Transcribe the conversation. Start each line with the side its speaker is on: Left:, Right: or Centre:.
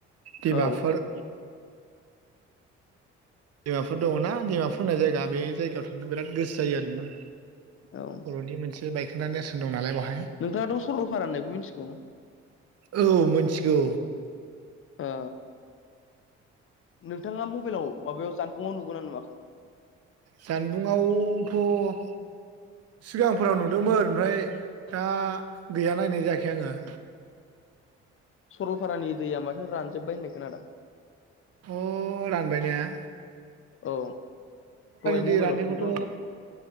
Right: डिमापुर।
Left: औ
Right: डिमाफोर दङना डिमाफोर होननाय जायगा बे जायगायाव थां नो बिराद गोसो जायो आरोना
Left: औ
Right: बर'नि मोनसे बायखोन्दा नेरसोन दं नालाय बेवहाय।
Left: नोंथाङाथ' सरलपारा होननायखौ मिन्थिगौ।
Right: औ मिथिगौ।
Left: ओ नोंथाङा मबाइलाव माबायाव जानबुंआव नुगोनना नुवाखै?
Right: जानबुंआवथ' सिगांफोराव नुदोंमोन ओमफ्राय दा गैया नायनाय जायाखै आङो।
Left: सरलपारानि दैया माथो रानजोब्बाय होननाय खोनदों आङो।
Right: अ रानबायनाया?
Left: औ। दहाय
Right: दै
Left: मबाइलावसो
Right: राननायखौथ'
Left: नुदों आंबो